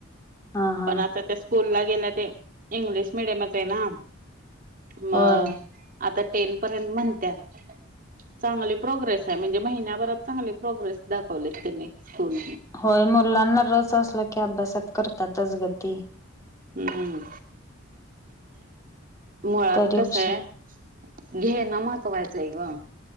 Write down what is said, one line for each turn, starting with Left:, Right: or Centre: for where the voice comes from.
Left: हा हा
Right: पण आता त्या स्कूलला गेल्या ते इंग्लिश मिडियमचय ना मग
Left: होय
Right: आता टेन पर्यंत म्हणत्या चांगली प्रोग्रेस आहे म्हणजे महिन्याभरात चांगली प्रोग्रेस दाखवलेत त्यांनी स्कूल
Left: होय मुलांना रस असला की अभ्यासात करतातच गती
Right: हम्म. मुळात
Left: तरी
Right: कसय
Left: हुशार
Right: घेन महत्वायचय ग